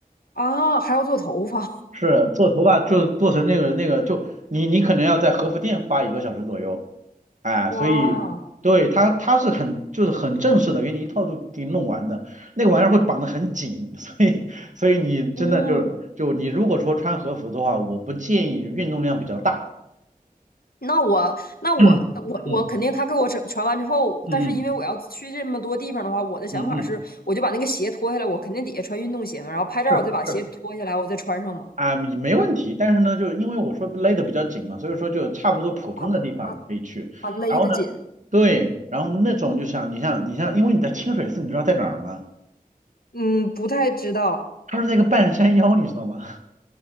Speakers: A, on the left; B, on the right.
A: 啊，还要做头发，
B: 是做头发就做成那个那个，就你你可能要在和服店花一个小时左右，哎，
A: 哇，
B: 所以对他他是很就是很正式的，给你一套就给你弄完的，那个玩意儿会绑得很紧，<laughs> 所以所以你真的就是就你如果说穿和服的话，
A: 嗯，
B: 我不建议运动量比较大，
A: 那我那我我我肯定他给我整传完之后，
B: <clears throat> 嗯嗯嗯
A: 但是因为我要去这么多地方的话，我的想法是，
B: 嗯嗯嗯，
A: 我就把那个鞋脱下来，我肯定底下穿运动鞋嘛，然后拍照我再把鞋脱下来，
B: 是是。
A: 我再穿上嘛。
B: 啊，没问题，但是呢，就是因为我说勒得比较紧嘛，所以说就差不多普通的地方可以去。
A: 啊。啊。啊，勒得紧，
B: 然后呢，对，然后那种就像你像你像，因为你在清水寺，你知道在哪儿吗？
A: 嗯，不太知道，
B: 它是在一个半山腰，你知道吗？<laughs>